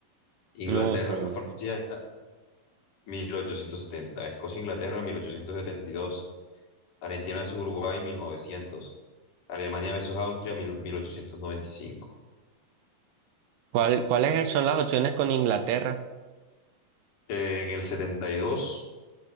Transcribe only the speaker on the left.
Inglaterra,
Francia mil ochocientos setenta Escocia-Inglaterra mil ochocientos setenta y dos Argentina versus Uruguay mil novecientos Alemania versus Austria mil- 1895.
Eh, en el 70 y dos